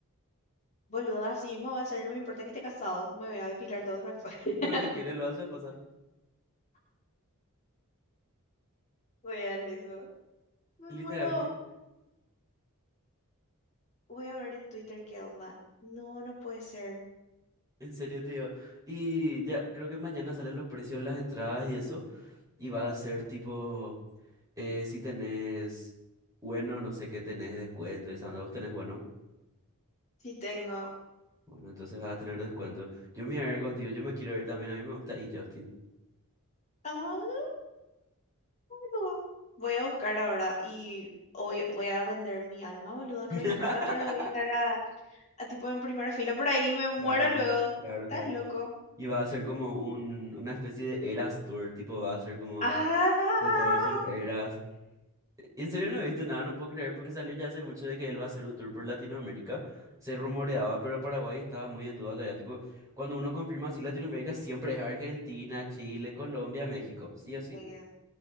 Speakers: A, on the left; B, on the right.
A: Boludo, así mismo va a ser, no me importa que esté casado. Me voy a depilar todo otra vez. <laughs>
B: No les quiere lo a su esposa.
A: Real eso. Me
B: Literal
A: muero.
B: que,
A: Voy a ver en Twitter qué onda. No, no puede ser.
B: en serio te digo. Y ya, creo que mañana salen los precios, las entradas y eso. Y va a ser tipo, eh, si tenés, bueno, no sé qué tenés, descuento y esa onda, vos tenés bueno.
A: Sí tengo.
B: Bueno, entonces vas a tener descuento. Yo me voy a ver contigo, yo me quiero ir también, a mí me gusta y Justin.
A: Ah, boludo. Voy a buscar ahora y hoy voy a vender mi alma, boludo. No
B: <laughs>
A: me importa, pero voy a estar a a tipo en primera fila por ahí, me muero
B: Claro,
A: luego.
B: claro,
A: Estás
B: claro.
A: loco.
B: Y va a ser como un, una especie de Eras Tour, tipo va a ser como
A: Ah,
B: de todas sus eras. Y En serio no he visto nada, no puedo creer porque salió ya hace mucho de que él va a hacer un tour por Latinoamérica. Se rumoreaba, pero Paraguay estaba muy en duda todavía. Tipo, cuando uno confirma así Latinoamérica siempre es Argentina, Chile, Colombia, México, sí o sí.
A: ve.